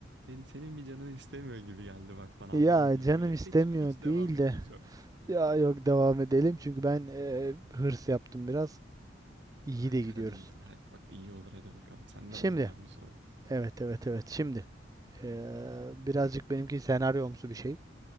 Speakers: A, on the right; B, on the right.
A: senin, senin bir canın istemiyor gibi geldi bak bana
B: Ya
A: aman diyeyim.
B: canım
A: Öyleyse
B: istemiyor
A: hiç, hiç
B: değil
A: devam etmeyeceğim.
B: de. Ya yok devam edelim çünkü ben eee, hırs yaptım biraz. İyi
A: Ha
B: de
A: Karadenizli
B: gidiyoruz.
A: hadi bak iyi olur hadi bakalım. Senden
B: Şimdi.
A: alayım ben bir soru.
B: Evet evet evet. Şimdi. eee, birazcık benimki senaryomsu bir şey.